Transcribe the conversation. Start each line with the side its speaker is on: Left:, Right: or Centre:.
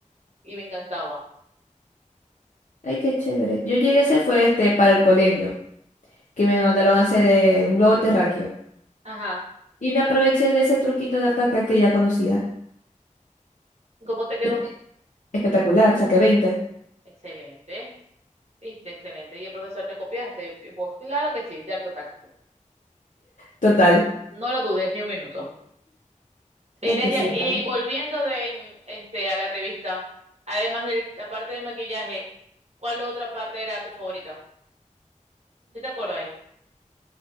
Right: y me encantaba.
Left: Ay, qué chévere. Yo llegué a hacer fue este para el colegio, que me mandaron a hacer eh, un globo terráqueo.
Right: Ajá.
Left: Y me aproveché de ese truquito de artaca que ya conocía.
Right: ¿Cómo te quedó?
Left: Entonces, Espectacular, saqué veinte
Right: Excelente. Viste, excelente. Y el profesor te copiaste. Y vos, claro que sí, de Art Attack.
Left: Total.
Right: No lo dudes ni un minuto. Mira,
Left: Hay que
Right: ya,
Left: sepa.
Right: y volviendo de, este, a la revista, además de la parte de maquillaje, ¿cuál otra parte era tu favorita? ¿Sí te acuerdas ahí?